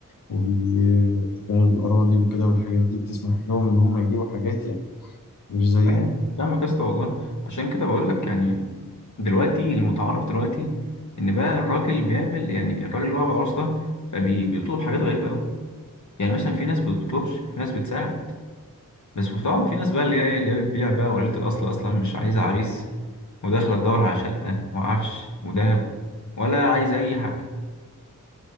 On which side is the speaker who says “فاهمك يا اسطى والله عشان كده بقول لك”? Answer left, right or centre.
Left